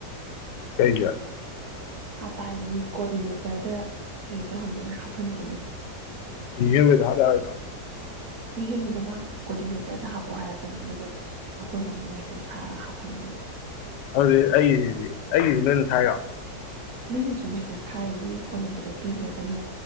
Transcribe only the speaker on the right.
ꯍꯥꯞꯄ ꯍꯥꯏꯁꯤ ꯃꯤ ꯀꯣꯑꯣꯔꯗꯤꯅꯦꯇꯔꯗ ꯀꯩꯅꯣ ꯇꯧꯍꯟꯗꯣꯏꯅꯦ ꯍꯥꯞꯍꯟꯗꯣꯏꯅꯦ
ꯌꯨꯍꯦꯟꯕꯗ ꯃꯥ ꯀꯣꯑꯣꯔꯗꯤꯅꯦꯇꯔꯗ ꯍꯥꯞꯄꯨ ꯍꯥꯏꯔꯛꯀꯅꯤ ꯑꯗꯨꯒ ꯑꯩꯈꯣꯏꯅ ꯑꯃꯨꯛ ꯃꯦꯁꯦꯁ ꯊꯥꯔꯒ ꯍꯥꯞꯍꯟꯗꯨꯅꯦ
ꯅꯪꯒꯤꯁꯨ ꯃꯦꯁꯦꯁ ꯊꯥꯔꯤꯅꯦ ꯅꯪꯒꯤ ꯐꯣꯟ ꯅꯝꯕꯔꯗꯣ ꯄꯤꯈ꯭ꯔꯒꯅꯦ